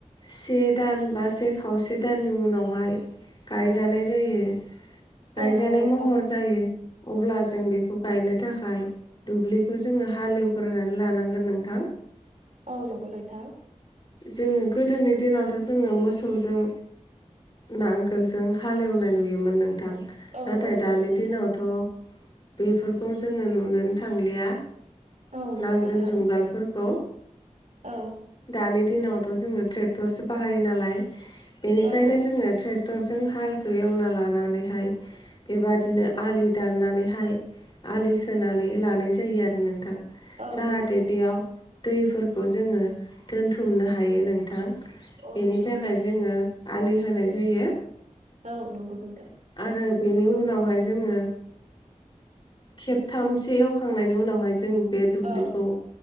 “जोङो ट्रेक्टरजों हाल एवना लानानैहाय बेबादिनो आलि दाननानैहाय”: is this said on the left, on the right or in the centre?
Left